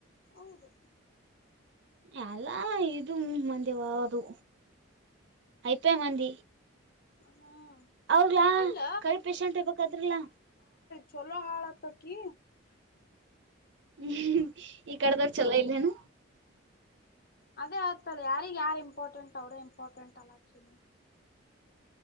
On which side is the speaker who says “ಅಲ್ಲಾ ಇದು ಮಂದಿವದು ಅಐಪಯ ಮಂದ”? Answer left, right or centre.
Right